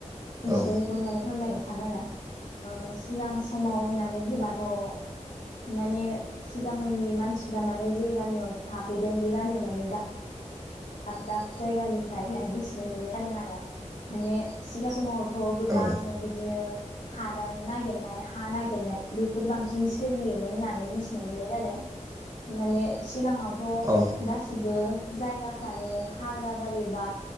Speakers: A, on the left (about 70°); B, on the right (about 25°).
A: मिथिदों
B: औ
A: बेखौ फोरमायनो सानो आरो सिगां समाव होननानै -नानै बुंबाथ' माने सिगांनि मानसिफ्रा माने जे गामियाव थाफैदों बे गामियाव माने दा दाब- दाब जायगानिफ्राय फायथिनो मोननाय जादों आरो माने सिगां समाव थ' गोबांनो
B: औ
A: बिदिनो हादान नागिरनाय हा नागिरनाय बेफोर बांसिन सोलियोमोन होननानै मिथिनो मोननाय जादों। माने सिगाङावथ'
B: औ
A: गासिबो जायगा फ्रानो हाग्रा बारि बा